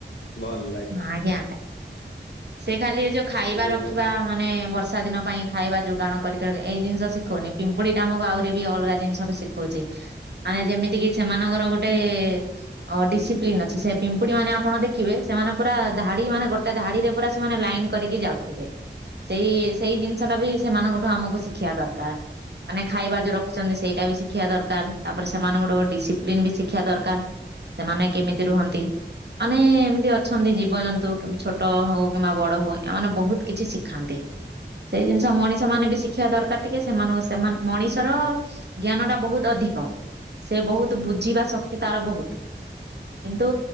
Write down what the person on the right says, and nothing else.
ହଁ ଆଜ୍ଞା। ସେ ଖାଲି ଏ ଯୋଉ ଖାଇବା
ରଖିବା ମାନେ ବର୍ଷା ବର୍ଷା ଦିନ ପାଇଁ ଖାଇବା ଯୋଗାଣ କରିକ ଏଇ ଜିନିଷ ଶିଖଉନି ପିମ୍ପୁଡି ଟା ଆମକୁ ଆହୁରି ବି ଅଲଗା ଜିନିଷବି ଶିଖଉଛି ମାନେ ଯେମିତି କି ସେମାନଙ୍କର ଗୋଟେ ଅ ଡିସିପ୍ଲିନ ଅଛି, ସେ ପିମ୍ପୁଡି ମାନେ ଆପଣ ଦେଖି ଦେଖିବେ ସେମାନେ ପୁରା ଧାଡି ମାନେ ଗୋଟେ ଧାଡିରେ ପୁରା ସେମାନେ ଲାଇନ୍ କରିକି ଯାଉଥିବେ ସେଇ ସେଇ ଜିନିଷ ଟା ବି ସେମାନଙ୍କଠୁ ଆମକୁ ଶିଖିବା ଦରକାର ମାନେ ଖାଇବା ଯୋଉ ରଖିଛନ୍ତି ସେଇଟା ଟାବି ଶିଖିବା ଦରକାର ତାପରେ ସେମାନଙ୍କଠୁ ଡିସିପ୍ଲିନ ବି ଶିଖିବା ଦରକାର। ସେମାନେ କେମିତି ରୁହନ୍ତି, ମାନେ ଏମିତି ଅଛନ୍ତି ଜୀବଜନ୍ତୁ କି ଛୋଟ ହଉ କିମ୍ବା ବଡ ହୁଏ ଏମାନେ ବହୁତ କିଛି ଶିଖାନ୍ତି। ସେଇ ଜିନିଷ ମଣିଷ ମାନେ ବି ଶିଖିବା ଦରକାର ଟିକେ ସେମାନଙ୍କ ସେମା ମଣିଷର ଜ୍ଞାନ ଟା ବହୁତ ଅଧିକ ଧିକ ସେ ବହୁତ ବୁଝିବା ଶକ୍ତି ତାର ବହୁତ କିନ୍ତୁ